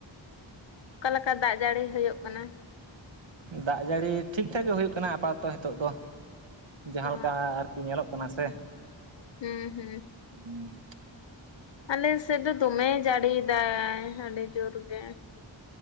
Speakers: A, on the left; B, on the right.
A: ᱚᱠᱟᱞᱣᱠᱟ ᱫᱟᱜ ᱡᱟᱹᱲᱤ ᱦᱳᱭᱳᱜ ᱠᱟᱱᱟ?
B: ᱫᱟᱜ ᱡᱟᱹᱲᱤ ᱴᱷᱤᱠᱼᱴᱷᱟᱠ ᱜᱮ ᱦᱩᱭᱩᱜ ᱠᱟᱱᱟ ᱟᱯᱟ ᱛᱚᱛᱚ ᱦᱤᱛᱳᱜ ᱫᱚ ᱡᱟᱦᱟᱸ
A: ᱚ
B: ᱞᱮᱠᱟ ᱟᱨᱠᱤ ᱧᱮᱞᱚᱜ ᱠᱟᱱᱟ ᱥᱮ
A: ᱦᱩᱸ ᱦᱩᱸ
B: ᱦᱩᱸ
A: ᱟᱞᱮ ᱥᱮᱫ ᱫᱚ ᱫᱚᱢᱮ ᱡᱟᱹᱲᱤᱭᱫᱟᱭ ᱟᱹᱰᱤ ᱡᱳᱨ ᱜᱮ᱾